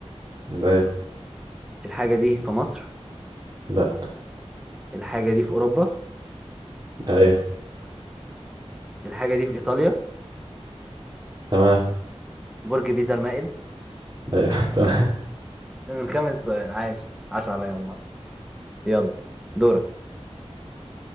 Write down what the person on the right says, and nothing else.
ايوه
لا
ايوه
تمام
ايوه <laughs> تمام